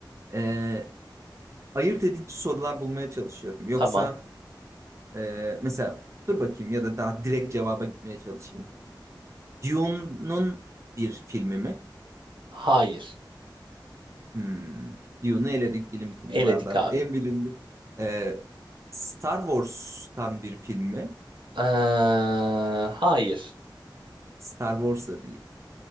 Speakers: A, on the right; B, on the right.
A: E, ayırt edici sorular bulmaya çalışıyorum. Yoksa
B: Tamam.
A: e, mesela dur bakayım ya da daha direkt cevaba gitmeye çalışayım. Dune'un bir filmi mi?
B: Hayır.
A: Hmm. Dune'u eledik bilim kurgulardan.
B: Eledik abi.
A: En bilindik. Ee, Star Wars'tan bir film mi?
B: Ee, hayır.
A: Star Wars'a değil.